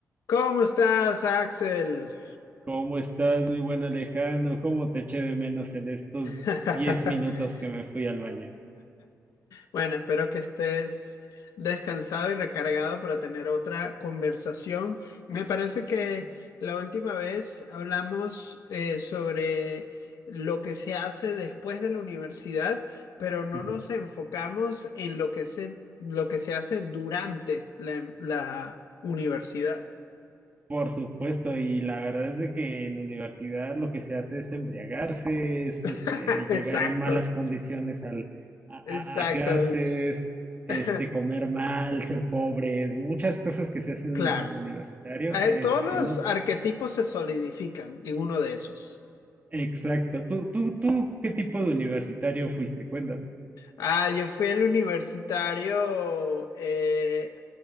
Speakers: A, on the left (about 90°); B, on the right (about 25°).
A: ¿Cómo estás, Axel?
B: ¿Cómo estás, mi buen Alejandro? ¿Cómo te eché de menos en estos
A: <laughs>
B: 10 minutos que me fui al baño?
A: Bueno, espero que estés descansado y recargado para tener otra conversación. Me parece que la última vez hablamos eh, sobre lo que se hace después de la universidad, pero no
B: <laughs>
A: nos enfocamos en lo que se, lo que se hace durante la, la universidad.
B: Por supuesto, y la verdad es de que en universidad lo que se hace es embriagarse, es
A: <laughs>
B: este,
A: Exacto,
B: llegar en malas condiciones al, a,
A: exactamente.
B: a- a clases, este,
A: <laughs>
B: comer mal, ser pobre, muchas cosas que se hacen
A: Claro.
B: como universitario.
A: Eh,
B: Este,
A: todos los
B: no,
A: arquetipos se solidifican en uno de esos.
B: exacto. ¿Tú, tú, tú, qué tipo de universitario fuiste? Cuéntame.
A: Ah, yo fui el universitario, eh,